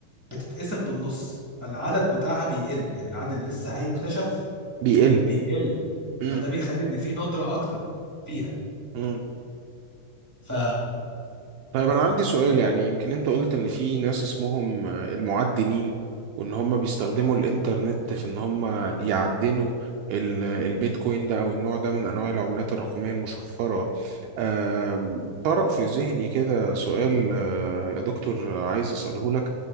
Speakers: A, on the right; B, on the right.
A: بتتقسم بالنص فالعدد بتاعها بيقل يعني العدد اللي لسه هيكتشف
B: بيقل
A: بيقل
B: امم
A: فده بيخلي ان في ندرة اكتر فيها
B: امم
A: ف
B: طيب
A: مم.
B: أنا عندي سؤال يعني يمكن أنت قلت إن في ناس اسمهم آه، المعدنين وإن هم بيستخدموا الإنترنت في إن هم يعدنوا ال- البيتكوين ده أو النوع ده من أنواع العملات الرقمية المشفرة آم، طرأ في ذهني كده سؤال آه، يا دكتور آه، عايز أسأله لك